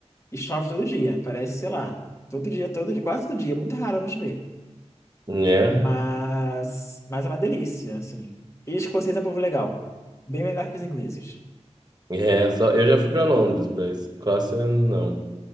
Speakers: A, on the left; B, on the right.
A: E chove todo dia, parece, sei lá, todo dia, todo dia, quase todo dia, é muito raro não chover.
B: né?
A: Mas, mas é uma delícia, assim. E escocês é um povo legal, bem melhor que os ingleses.
B: É, só, eu já fui para Londres, para Escócia não.